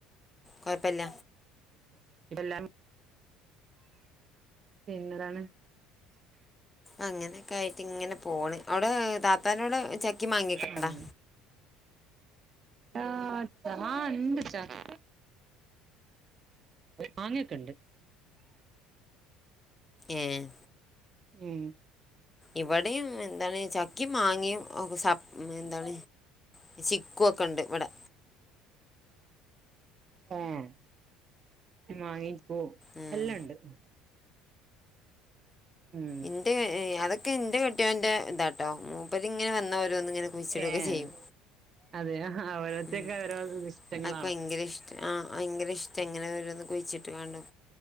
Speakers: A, on the left; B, on the right.
A: കൊയപ്പില്ല
B: ഉം. ഇ <unintelligible> പിന്നന്താണ്
A: അങ്ങനെയൊക്കെ ആയിട്ട് ഇങ്ങനെ പോണ് അവിടെ താത്താന്റവിട ചക്കേം മാങ്ങക്കെ
B: ആഹ്
A: ഇണ്ടാ
B: ആഹ് ആ ഇണ്ട് ചക്ക മാങ്ങൊക്കെ ഇണ്ട്
A: ഏഹ്
B: ഉം
A: ഇവിടെയും എന്താണ് ചക്കി മാങ്ങിയും ഒക്കെ സ മ് എന്താണ് ചിക്കുവൊക്കെ ഇണ്ട് ഇവിടെ
B: ഏഹ് മാങ്ങേ ഓ
A: ഉം.
B: എല്ലം ഇണ്ട് ഉം
A: ഇന്റെ അതൊക്കെ ഇന്റെ കെട്ടിയോന്റെ ഇതാട്ടോ മൂപ്പരിങ്ങനെ വന്നാ ഓരോന്ന് ഇങ്ങനെ കുയിച്ചിടുവൊക്കെ
B: ഏഹ്
A: ചെയ്യും
B: അതെയോ ഓരോരുത്തർക്ക്
A: ഉം
B: ഓരോ ഇഷ്ടങ്ങളാണല്ലോ
A: അന്ക്ക് ഭയങ്കര ഇഷ് ആഹ് ഭയങ്കര ഇഷ്ടാ ഇങ്ങനെ ഓരോന്ന് കുഴിച്ചിട്ട് കാണാം